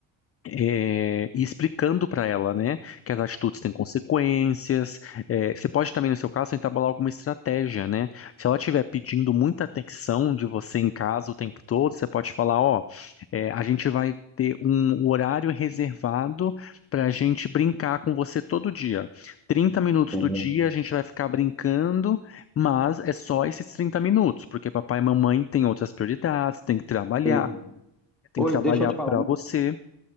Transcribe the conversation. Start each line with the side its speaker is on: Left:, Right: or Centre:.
Left: é, e explicando para ela, né, que as atitudes têm consequências. é, você pode também, no seu caso, tentar bolar alguma estratégia, né? Se ela estiver pedindo muita atenção de você em casa o tempo todo, você pode falar, ó, é, a gente vai ter um horário reservado para a gente brincar com você todo dia. 30 minutos
Centre: Entendo.
Left: do dia a gente vai ficar brincando, mas é só esses 30 minutos, porque papai e mamãe têm outras prioridades, tem que trabalhar,
Centre: Entendi.
Left: tem
Centre: Oi,
Left: que trabalhar
Centre: deixa eu te falar.
Left: para você.